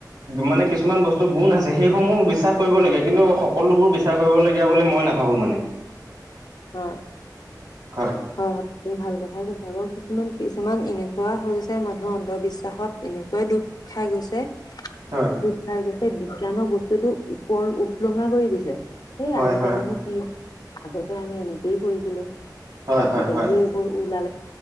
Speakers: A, on the right (about 70°); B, on the left (about 65°).
A: মানে কিছুমান বস্তুৰ গুণ আছে সেইসমূহ বিশ্বাস কৰিবলগীয়া কিন্তু সকলোবোৰ বিশ্বাস কৰিবলগীয়া বুলি মই নাভাবোঁ মানে।
B: হয়।
A: হয়।
B: হয় হয়, তুমি ভাল কথাই কৈছা, বাৰু কিছুমান কিছুমান এনেকুৱা হৈছে মানুহৰ অন্ধবিশ্বাসত এনেকুৱাই দুখ খাই গৈছে
A: হয়।
B: দুখ খাই গৈছে, বিজ্ঞানৰ বস্তুটো উপলঙা কৰি দিছে, সেই
A: হয়
B: আজিকালিনো
A: হয় হয়
B: কি কয় আমি এনেকেই কৰিছিলোঁ,
A: হয়
B: আজিকালিহে
A: হয় হয়
B: এইবোৰ ওলালে।